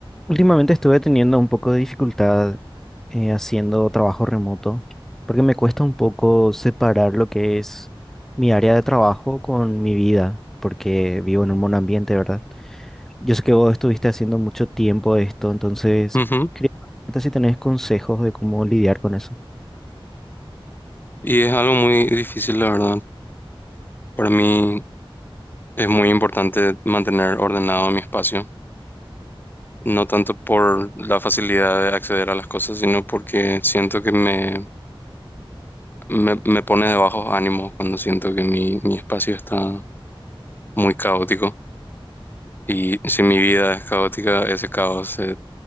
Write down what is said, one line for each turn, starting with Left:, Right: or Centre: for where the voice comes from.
Centre: Últimamente estuve teniendo un poco de dificultad eh, haciendo trabajo remoto, porque me cuesta un poco separar lo que es mi área de trabajo con mi vida, porque vivo en un monoambiente, ¿verdad? Yo sé que vos estuviste haciendo mucho tiempo esto, entonces
Left: Ujú,
Centre: quería preguntarte si tenés consejos de cómo lidiar con eso.
Left: Y es algo muy difícil, la verdad. Para mí es muy importante mantener ordenado mi espacio, no tanto por la facilidad de acceder a las cosas, sino porque siento que me, me, me pone de bajos ánimos cuando siento que mi, mi espacio está muy caótico. Y si mi vida es caótica, ese caos se